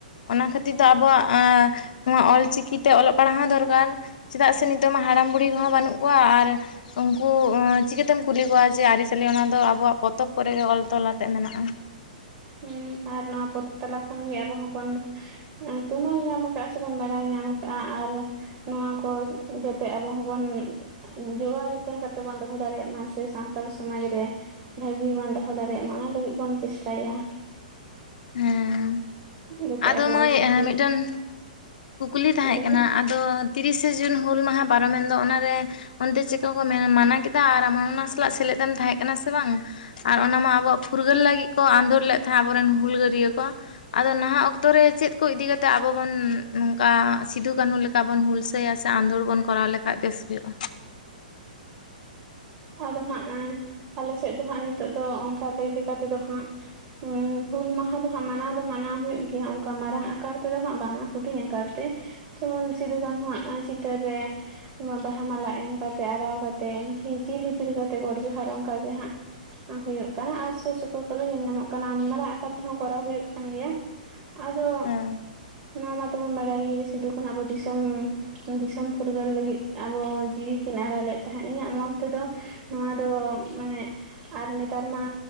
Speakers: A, on the left; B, on the right.
A: ᱚᱱᱟ ᱠᱷᱟᱹᱛᱤᱨ ᱛᱮ ᱟᱵᱚᱣᱟᱜ ᱱᱚᱣᱟ ᱚᱞᱪᱤᱠᱤ ᱛᱮ ᱚᱞᱚᱜ ᱯᱟᱲᱦᱟᱣ ᱦᱚᱸ ᱫᱚᱨᱠᱟᱨᱼᱼ ᱪᱮᱫᱟᱜ ᱥᱮ ᱱᱤᱛᱚᱜ ᱢᱟ ᱦᱟᱲᱟᱢ ᱵᱩᱲᱦᱤ ᱠᱚ ᱦᱚᱸ ᱵᱟᱹᱱᱩᱜ ᱠᱚᱣᱟ ᱟᱨ ᱩᱱᱠᱩ ᱪᱤᱠᱟᱹ ᱛᱮᱢ ᱠᱩᱞᱤ ᱠᱚᱣᱟ ᱡᱮ ᱟᱹᱨᱤᱪᱟᱹᱞᱤ ᱚᱱᱟ ᱫᱚ ᱟᱵᱚᱣᱟᱜ ᱯᱚᱛᱚᱵ ᱠᱚ ᱨᱮ ᱚᱞ ᱛᱚᱞ ᱟᱛᱮ ᱢᱮᱱᱟᱜᱼᱟ
B: ᱦᱩᱸ ᱟᱨ ᱱᱚᱣᱟ ᱯᱚᱛᱚᱵ ᱛᱟᱞᱟ ᱠᱷᱚᱱ ᱜᱮ ᱟᱵᱚ ᱦᱚᱸ ᱵᱚᱱ ᱮ ᱛᱩᱢᱟᱹᱞ ᱧᱟᱢ ᱠᱟᱜ ᱥᱮᱵᱚᱱ ᱵᱟᱲᱟᱭ ᱧᱟᱢ ᱠᱟᱜᱼᱟ ᱟᱨᱼᱼ ᱱᱚᱣᱟ ᱠᱚ ᱡᱟᱛᱮ ᱟᱵᱚ ᱦᱚᱸ ᱵᱚᱱᱼᱼ ᱡᱚᱜᱟᱣ ᱡᱚᱛᱚᱱ ᱠᱟᱛᱮᱫ ᱵᱚᱱ ᱫᱚᱦᱚ ᱫᱟᱲᱮᱭᱟᱜ ᱢᱟ ᱥᱮ ᱥᱟᱱᱛᱟᱞ ᱥᱚᱢᱟᱡᱽ ᱨᱮᱼᱼ ᱵᱷᱟᱹᱜᱤ ᱵᱚᱱ ᱫᱚᱦᱚ ᱫᱟᱲᱮᱭᱟᱜ ᱢᱟ ᱚᱱᱟ ᱞᱟᱹᱜᱤᱫ ᱵᱚᱱ ᱪᱮᱥᱴᱟᱭᱟ᱾
A: ᱦᱮᱸ
B: ᱡᱟᱛᱮ
A: ᱟᱫᱚ
B: ᱟᱵᱚ
A: ᱢᱟᱹᱭ
B: ᱚᱞᱪᱤᱠᱤ
A: ᱮ ᱢᱮᱫᱴᱮᱱ ᱠᱩᱠᱞᱤ ᱛᱟᱦᱮᱜ
B: ᱟᱞᱮ
A: ᱠᱟᱱᱟ
B: ᱦᱩᱸ
A: ᱟᱫᱚᱼ ᱛᱤᱨᱤᱥᱟ ᱡᱩᱱ ᱦᱩᱞ ᱢᱟᱦᱟ ᱯᱟᱨᱚᱢ ᱮᱱ ᱫᱚ ᱚᱱᱟ ᱨᱮᱼᱼ ᱚᱱᱛᱮ ᱪᱤᱠᱟᱹ ᱠᱚ ᱢᱮ ᱢᱟᱱᱟ ᱠᱮᱫᱟ ᱟᱨ ᱟᱢᱦᱚᱸ ᱚᱱᱟ ᱥᱟᱞᱟᱜ ᱥᱮᱞᱮᱫ ᱮᱢ ᱛᱟᱦᱮᱜ ᱠᱟᱱᱟ ᱥᱮ ᱵᱟᱝ ᱟᱨ ᱚᱱᱟ ᱢᱟ ᱟᱵᱚᱣᱟᱜ ᱯᱷᱩᱨᱜᱟᱹᱞ ᱞᱟᱹᱜᱤᱫ ᱠᱚ ᱟᱸᱫᱳᱲ ᱞᱮᱫ ᱛᱟᱦᱮᱸᱜ ᱟᱵᱚ ᱨᱮᱱ ᱦᱩᱞᱜᱟᱹᱨᱭᱟᱹ ᱠᱚ᱾ ᱟᱫᱚ ᱱᱟᱦᱟᱜ ᱚᱠᱛᱚ ᱨᱮ ᱪᱮᱫ? ᱠᱚ ᱤᱫᱤ ᱠᱟᱛᱮ ᱟᱵᱚ ᱵᱚᱱ ᱱᱚᱝᱠᱟ ᱥᱤᱫᱩ ᱠᱟᱹᱱᱩ ᱞᱮᱠᱟ ᱵᱚᱱ ᱦᱩᱞᱥᱟᱹᱭᱟ ᱥᱮ ᱟᱸᱫᱳᱲ ᱵᱚᱱ ᱠᱚᱨᱟᱣ ᱞᱮᱠᱷᱟᱡ ᱵᱮᱥ ᱦᱩᱭᱩᱜᱼᱟ
B: ᱟᱫᱚ ᱦᱟᱸᱜ ᱮ ᱟᱞᱮ ᱥᱮᱫ ᱫᱚ ᱦᱟᱸᱜ ᱱᱤᱛᱚᱜ ᱫᱚ ᱚᱱᱠᱟ ᱞᱟᱹᱭ ᱞᱮᱠᱟ ᱛᱮ ᱫᱚ ᱦᱟᱸᱜ ᱦᱩᱸ ᱦᱩᱞ ᱢᱟᱦᱟ ᱫᱚ ᱦᱟᱸᱜ ᱢᱟᱱᱟᱣ ᱫᱚ ᱢᱟᱱᱟᱣ ᱦᱩᱭᱩᱜ ᱜᱮᱭᱟ ᱚᱱᱠᱟ ᱢᱟᱨᱟᱝ ᱟᱠᱟᱨ ᱛᱮᱫᱚ ᱦᱟᱸᱜ ᱵᱟᱝᱟ ᱦᱩᱰᱤᱧ ᱟᱠᱟᱨ ᱛᱮ, ᱡᱮᱢᱚᱱ ᱥᱤᱫᱩ ᱠᱟᱹᱱᱦᱩᱣᱟᱜ ᱪᱤᱛᱟᱹᱨ ᱨᱮ, ᱵᱟᱼᱵᱟᱦᱟ ᱢᱟᱞᱟ ᱮᱢ ᱠᱟᱛᱮᱫ ᱟᱨᱟᱣ ᱠᱟᱛᱮᱫ ᱦᱤ ᱪᱤᱨ ᱦᱤᱯᱤᱲ ᱠᱟᱛᱮᱜ ᱜᱚᱰ ᱡᱚᱦᱟᱨ ᱚᱱᱠᱟᱜ ᱜᱮ ᱦᱟᱸᱜ᱾ ᱦᱩᱭᱩᱜ ᱠᱟᱱᱟ ᱟᱨ ᱥᱩᱨ ᱥᱩᱯᱩᱨ ᱠᱚ ᱨᱮ ᱧᱮᱞ ᱧᱟᱢᱚᱜ ᱠᱟᱱᱟ ᱢᱟᱨᱟᱝ ᱟᱠᱟᱨ ᱛᱮ ᱦᱚᱸ ᱠᱚᱨᱟᱣ ᱦᱩᱭᱩᱜ ᱠᱟᱱ ᱜᱮᱭᱟ ᱟᱫᱚ,
A: ᱦᱮᱸ
B: ᱱᱚᱣᱟ ᱢᱟᱛᱟᱵᱚᱱ ᱵᱟᱲᱟᱭ ᱜᱮ ᱡᱮ ᱥᱤᱫᱩ ᱠᱩᱹᱱᱦᱩ ᱟᱵᱚ ᱫᱤᱥᱚᱢ ᱫᱤᱥᱚᱢ ᱯᱷᱩᱨᱜᱟᱹᱞ ᱞᱟᱹᱜᱤᱫ ᱟᱵᱚ ᱡᱤᱣᱤ ᱠᱤᱱ ᱟᱞᱟᱭ ᱞᱮᱫ ᱛᱟᱦᱮᱸᱫ, ᱤᱧᱟᱹᱜ ᱢᱚᱛ ᱛᱮᱫᱚ ᱱᱚᱣᱟ ᱫᱚ ᱢᱟᱱᱮ ᱟᱨ ᱱᱮᱛᱟᱨ ᱢᱟ